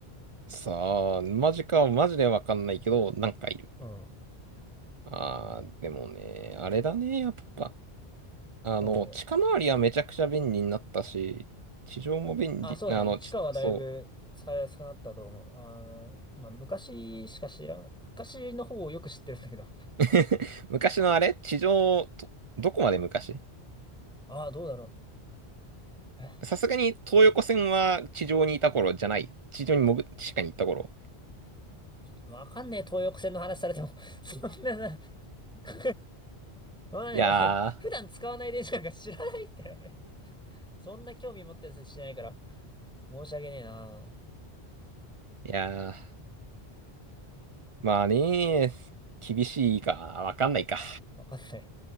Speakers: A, on the right; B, in the centre.
A: さあ、マジか、マジでわかんないけど、なんかいる。
B: うん。
A: あー、
B: うん
A: でもね、あれだね、やっぱ。あの、
B: はいはい。
A: 近回りはめちゃくちゃ便利になったし、地上も便利、
B: あ、そうだね。
A: あの、
B: 地下はだいぶ使いやすくなったと思う。
A: ちそう。
B: あの、まあ、昔しか知らん。昔の方をよく知ってるんだけど。
A: <laughs> 昔のあれ地上、ど、どこまで昔
B: ああ、どうだろう。え
A: さすがに東横線は地上にいた頃じゃない。地上に潜、地下に行った頃。
B: わかんねえ、東横線の話されても。<laughs> そんなな、<laughs> そんなね、
A: いや
B: 俺、普段使わない電車なんか知らないんだよね。そんな興味持ってる人しないから。申し訳ねえな。
A: ー、いやー。
B: うん、
A: まあね、厳しいか、わかんないか。
B: わかんない。